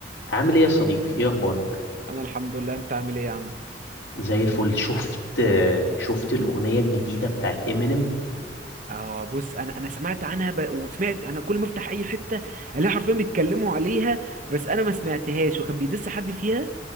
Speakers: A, on the left; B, on the right.
A: عامل ايه يا صديقي ايه اخبارك
B: انا الحمد لله انت عامل ايه يا عم
A: زي الفل شفت شفت الاغنيه الجديده بتاعت امينيم
B: اه بص انا انا سمعت عنها ب... وسمعت انا كل ما افتح اي حته الاقي حرفيا بيتكلموا عليها بس انا ما سمعتهاش وكان بيدس حد فيها